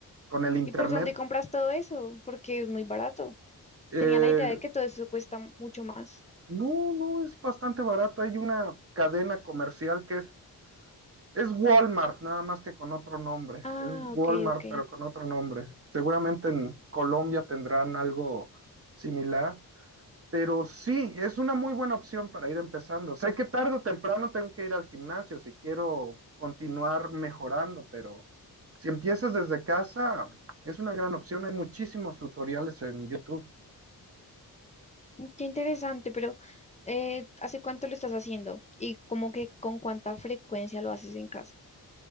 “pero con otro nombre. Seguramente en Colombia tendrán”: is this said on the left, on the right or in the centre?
Right